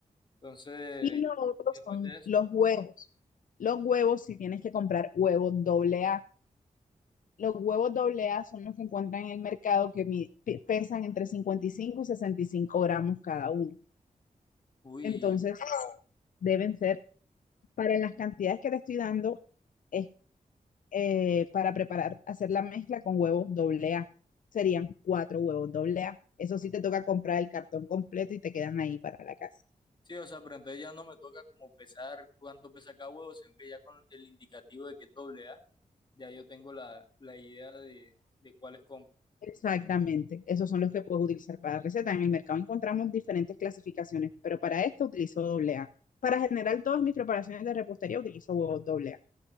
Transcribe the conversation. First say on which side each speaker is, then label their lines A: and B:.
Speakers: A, on the left (about 30°); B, on the left (about 70°).
A: Entonces,
B: Y lo otro
A: y después
B: son
A: de eso,
B: los huevos. Los huevos, si tienes que comprar huevos doble A. Los huevos doble A son los que encuentran en el mercado que mi- pe- pesan entre cincuenta y cinco y y sesenta y cinco gramos cada uno.
A: uy,
B: Entonces, deben ser, para las cantidades que te estoy dando, es eh, para preparar, hacer la mezcla con huevos doble A. Serían cuatro huevos doble A. Eso sí te toca comprar el cartón completo y te quedan ahí para la casa.
A: sí, o sea, pero entonces ya no me toca como pesar cuánto pesa cada huevo, sino que ya con el indicativo de que es doble A, ya yo tengo la, la idea de, de cuáles compro.
B: Exactamente, esos son los que puedes utilizar para receta. En el mercado encontramos diferentes clasificaciones, pero para esto utilizo doble A. Para generar todas mis preparaciones de repostería utilizo huevos doble A.